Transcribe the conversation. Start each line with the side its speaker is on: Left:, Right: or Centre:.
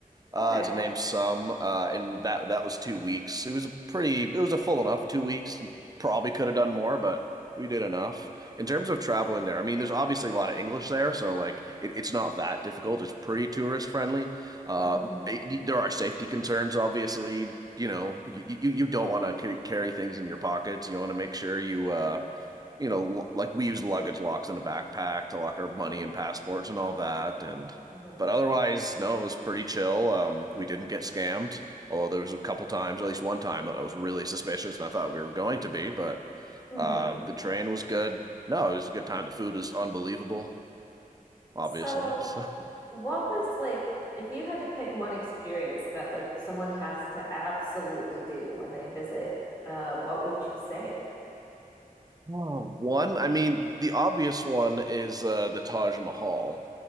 Right: uh,
Left: Okay.
Right: to name some, uh, and that that was two weeks. It was a pretty, it was a full enough two weeks. You probably could have done more, but we did enough. In terms of traveling there, I mean, there's obviously a lot of English there, so like it, it's not that difficult. It's pretty tourist friendly. Uh,
Left: hmm
Right: it- there are safety concerns, obviously. You know, you you, you don't want to c carry things in your pockets. You want to make sure you uh you know, like we use luggage locks in a backpack to lock our money
Left: hmm
Right: and passports and all that. And
Left: hmm
Right: but otherwise, no, it was pretty chill. Um, we didn't get scammed, although there was a couple times, at least one time, that I was really suspicious, and I thought we were going to be. But
Left: hmm
Right: uh, the train was good. No, it was a good time. The food was unbelievable, obviously.
Left: So
Right: So. <laughs>
Left: What was like, if you had to pick one experience that like someone has to absolutely do when they visit, uh, what would you say?
Right: Oh, one, I mean, the obvious one is uh, the Taj Mahal.